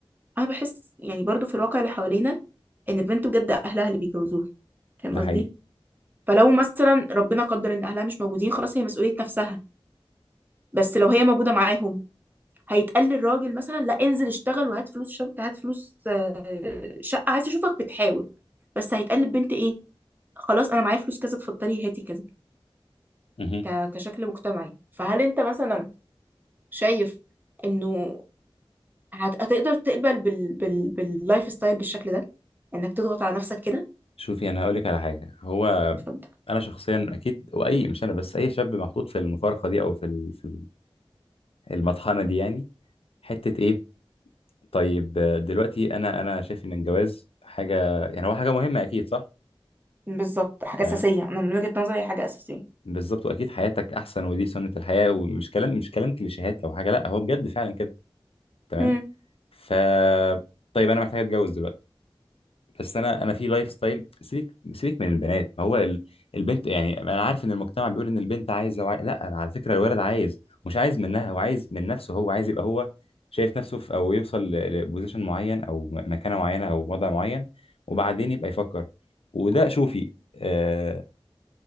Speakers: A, on the right; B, on the left.
A: انا بحس يعني برضو في الواقع اللي حوالينا ان البنت بجد اهلها اللي بيجوزوها فاهم
B: ده
A: قصدي
B: حقيقي
A: فلو مثلا ربنا قدر ان اهلها مش موجودين خلاص هي مسؤولية نفسها بس لو هي موجودة معاهم هيتقال للراجل مثلا لا انزل اشتغل وهات فلوس شبكة هات فلوس آه، شقة عايز اشوفك بتحاول بس هيتقال للبنت ايه خلاص انا معايا فلوس كذا اتفضلي هاتي كذا
B: مهم.
A: ك- كشكل مجتمعي فهل انت مثلا شايف انه هت- هتقدر تقبل بال... بال... باللايف ستايل بالشكل ده انك تضغط على نفسك كده
B: شوفي انا هقول لك على حاجه هو
A: اتفضل
B: انا شخصيا اكيد واي مش انا بس اي شاب محطوط في المفارقه دي او في ال- في المطحنه دي يعني حته ايه طيب آه، دلوقتي انا انا شايف ان الجواز حاجه يعني هو حاجه مهمه اكيد صح
A: بالظبط حاجة
B: تمام
A: أساسية أنا من وجهة نظري هي حاجة أساسية
B: بالظبط واكيد حياتك احسن ودي سنة الحياة ومش كلام مش كلام كليشيهات او حاجة لا هو بجد فعلا كده تمام
A: مم.
B: ف طيب انا محتاج اتجوز دلوقتي بس انا انا في لايف ستايل سيبك سيبك من البنات ما هو ال... البنت يعني انا عارف ان المجتمع بيقول ان البنت عايزه وعاي... لا انا على فكرة الولد عايز مش عايز منها هو عايز من نفسه هو عايز يبقى هو شايف نفسه في او يوصل لبوزيشن معين او م- مكانة معينة او وضع معين وبعدين يبقى يفكر وده شوفي آه،